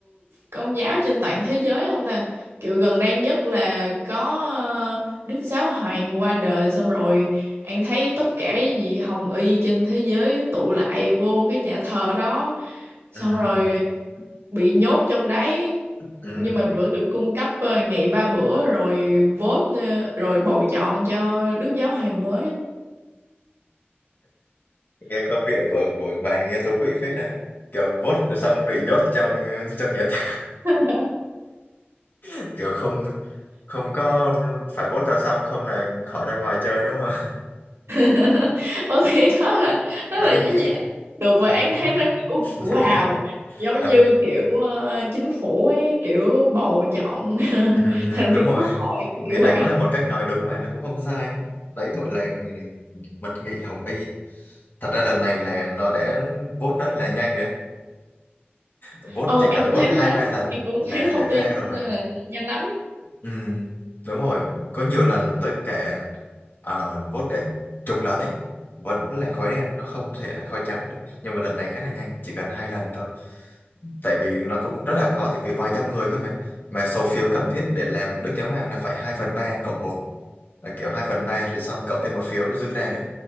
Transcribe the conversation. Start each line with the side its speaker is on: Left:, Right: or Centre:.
Right: công giáo trên toàn thế giới không ta? Kiểu gần đây nhất là có ờ, Đức Giáo Hoàng qua đời xong rồi An thấy tất cả cái gì Hồng Y trên thế giới tụ lại vô cái nhà thờ đó xong
Left: ừ,
Right: rồi bị nhốt trong đấy
Left: ừ.
Right: nhưng mà vẫn được cung cấp ờ, ngày ba bữa rồi vote ờ, rồi bầu chọn cho Đức Giáo Hoàng mới.
Left: nghe quan điểm của của bà nghe thú vị phết ha kiểu vote rồi xong bị nhốt trong trong nhà tù
Right: <laughs>
Left: <laughs> kiểu không không có phải vote ra xong không là khỏi ra ngoài chơi đúng không
Right: <laughs> Ờ thì đó là
Left: <laughs>
Right: đó
Left: đấy
Right: là
Left: hình
Right: những
Left: như
Right: gì được và
Left: ừ,
Right: An thấy nó kiểu wow
Left: <laughs>
Right: giống
Left: ừ.
Right: như kiểu ờ, chính phủ ấy kiểu bầu chọn <laughs>
Left: Ừ, ừ,
Right: thành
Left: đúng
Right: viên
Left: rồi
Right: quốc hội kiểu kiểu
Left: thì đấy
Right: vậy
Left: cũng là một cách nói đúng mà nó cũng không sai đấy gọi là mật nghị hồng y thật ra lần này là nó đã vote rất là nhanh đấy vote
Right: ờ
Left: chỉ cần
Right: An cũng
Left: vote
Right: thấy
Left: hai
Right: thế
Left: ba lần
Right: An cũng
Left: là
Right: thấy
Left: đã
Right: thông tin
Left: ra rồi
Right: là nhanh lắm
Left: ừ, đúng rồi có nhiều lần tới cả ờ, vote cả chục lần ấy vẫn là khói đen nó không thể là khói trắng được nhưng mà lần này khá là nhanh chỉ cần hai lần thôi tại vì nó cũng rất là khó tại vì vài trăm người cơ mà mà số phiếu cần thiết để làm Đức Giáo Hoàng là phải hai phần ba cộng một là kiểu 2 phần 3 rồi xong cộng thêm một phiếu dư ra nữa